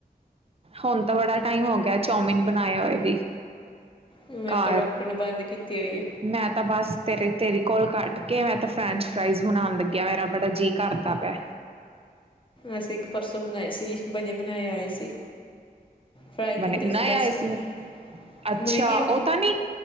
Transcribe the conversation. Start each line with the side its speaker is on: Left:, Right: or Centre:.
Right: ਹੁਣ ਤਾਂ ਬੜਾ ਟਾਈਮ ਹੋ ਗਿਆ ਚੌਮਿਨ ਬਣਾਏ ਹੋਏ ਵੀ-
Left: ਮੇਰੇ
Right: ਘਰ
Left: ਤੋਂ ਡਾਕਟਰ ਨੇ ਬੰਦ ਕੀਤੀ ਹੋਈ
Right: ਮੈਂ ਤਾਂ ਬਸ ਤੇਰੇ- ਤੇਰੀ ਕੋਲ ਕੱਟ ਕੇ, ਮੈਂ ਤਾਂ ਫਰੈਂਚ ਫਰਾਈਜ਼ ਬਣਾਉਣ ਲੱਗਿਆ। ਮੇਰਾ ਬੜਾ ਜੀਅ ਕਰਤਾ ਪਿਆ।
Left: ਅਸੀਂ ਇੱਕ ਪਰਸੋਂ ਬਣਾਈ ਸੀ, ਬੜੇ ਬਣਾਏ ਆਏ ਸੀ। ਫਰਾਈ
Right: ਬਣੇ
Left: ਕੀਤੇ
Right: -ਬਣਾਏ
Left: ਬਸ
Right: ਆਏ ਸੀ?
Left: ਮਤਲਬ
Right: ਅੱਛਾ,
Left: ਕਿ ਹਾਂ
Right: ਉਹ ਤਾਂ ਨੀ-